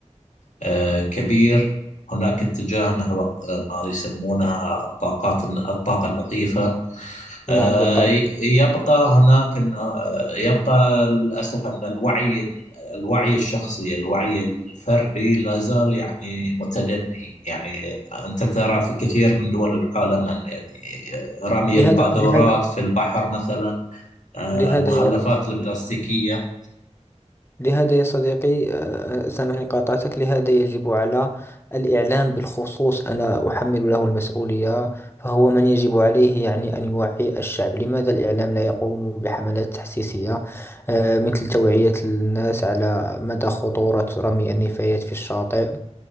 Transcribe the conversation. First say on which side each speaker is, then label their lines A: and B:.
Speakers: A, on the left; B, on the left.
A: آه، كبير هناك اتجاه نحو آه، ما يسمونها الطاقات الطاقة النظيفة آه،
B: نعم بالطبع
A: يبقى هناك انه آه، يبقى للاسف ان الوعي الوعي الشخصي الوعي الفردي لا زال يعني متدني يعني انت ترى في كثير من دول العالم ان يعني آه، رمي
B: لهذا
A: القاذورات
B: لهذا
A: في البحر مثلا آه،
B: لهذا
A: المخلفات
B: يا
A: البلاستيكية
B: لهذا يا صديقي آه، سامحني قاطعتك لهذا يجب على الإعلام بالخصوص أنا أحمل له المسؤولية فهو من يجب عليه يعني أن يوعي الشعب لماذا الإعلام لا يقوم بحملات تحسيسية آه، مثل توعية الناس على مدى خطورة رمي النفايات في الشاطئ